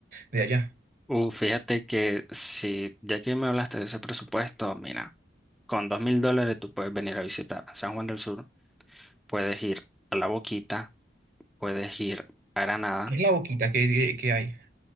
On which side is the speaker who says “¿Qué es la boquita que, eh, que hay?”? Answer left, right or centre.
Right